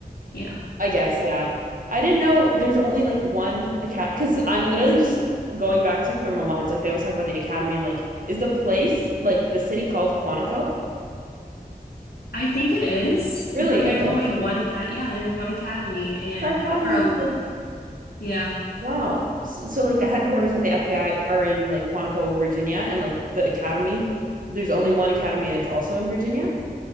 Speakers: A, on the left; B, on the right.
A: you know.
B: I guess, yeah. I didn't know there's only like one academy because I'm literally just going back to Criminal Minds. Like they always talk about the academy and like is the place like the city called Quantico?
A: I think it is,
B: Really?
A: but there's
B: Okay.
A: only one acad. Yeah, there's one academy. And
B: I thought it
A: for
B: was
A: a,
B: like
A: yeah,
B: Wow. So, so like the headquarters of the FBI are in like Quantico, Virginia, and like the academy, there's only one academy and it's also in Virginia.